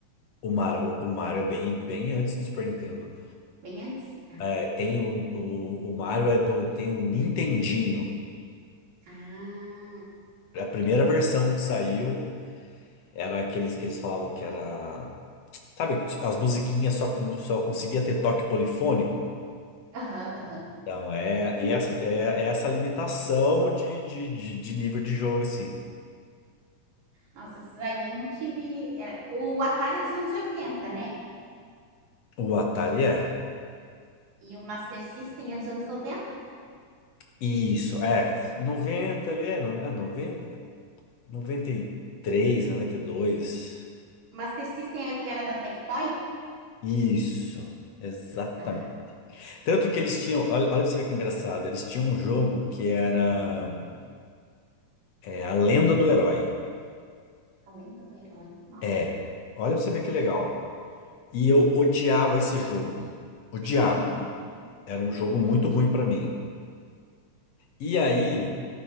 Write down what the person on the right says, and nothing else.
Bem antes?
Ah,
aham, aham.
Nossa, esses aí eu não tive. Era... O Atari é dos anos oitenta né?
E o Master System é dos anos noventa
O Master System é o que era da Tectoy?
Ah,
a lenda do herói. Nossa.
<laughs>